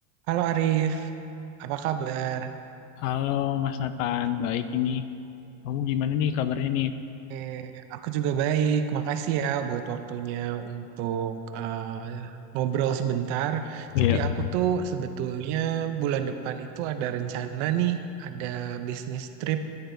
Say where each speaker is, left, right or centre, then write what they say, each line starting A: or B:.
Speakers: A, on the right (about 45°); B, on the left (about 65°).
A: Halo Arif, apa kabar?
B: Halo Mas Nathan, baik ini. Kamu gimana nih kabarnya nih?
A: Eh, aku juga baik. Makasih ya buat waktunya untuk eh, ngobrol sebentar.
B: Iya,
A: Jadi aku tuh sebetulnya bulan depan itu ada rencana nih, ada bisnis trip,